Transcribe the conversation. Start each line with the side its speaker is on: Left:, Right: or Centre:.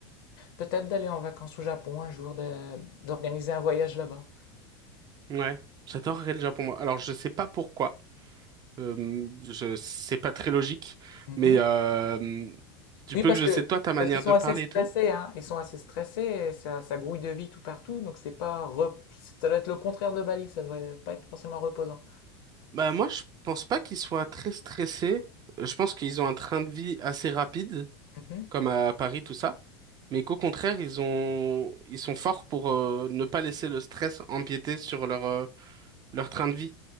Left: peut-être d'aller en vacances au Japon un jour, de- d'organiser un voyage là-bas.
Right: Ouais, j'adorerais
Left: Ouais.
Right: le Japon, moi. Alors, je sais pas pourquoi. Euh, je c'est pas très logique,
Left: Mhm.
Right: mais euh, du
Left: Oui,
Right: peu
Left: parce
Right: que je
Left: que
Right: sais de toi, ta manière
Left: parce qu'ils sont
Right: de
Left: assez
Right: parler
Left: stressés,
Right: et tout,
Left: hein. Ils sont assez stressés, et ça, ça grouille de vie tout partout, donc c'est pas rep- ça doit être le contraire de Bali, ça doit pas être forcément reposant.
Right: bah moi, je pense pas qu'ils soient très stressés. Je pense qu'ils ont un train de vie assez rapide,
Left: Mhm.
Right: comme à Paris, tout ça, mais qu'au contraire, ils ont ils sont forts pour euh, ne pas laisser le stress empiéter sur leur euh, leur train de vie.